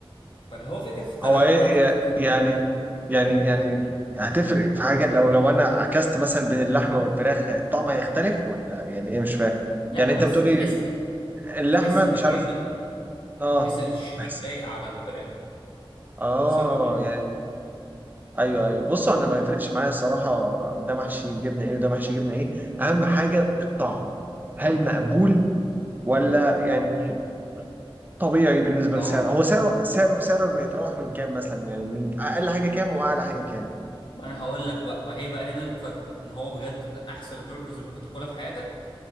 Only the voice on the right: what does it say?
هو ايه
يا-
يعني يعني يعني هتفرق في حاجة لو لو انا عكست مثلا بين اللحمة والفراخ الطعم هيختلف ولا يعني ايه مش فاهم
يعني انت
بتقولي
اللحمة
مش
عارف اه
بحس
اه
يعني ايوه ايوه بصوا انا ما يفرقش معايا الصراحه ده محشي جبنه ايه وده محشي جبنه ايه اهم حاجه الطعم هل مقبول ولا يعني طبيعي بالنسبه
لسعره هو سعره سعره سعره بيتراوح من كام مثلا يعني من اقل حاجه كام واعلى حاجه كام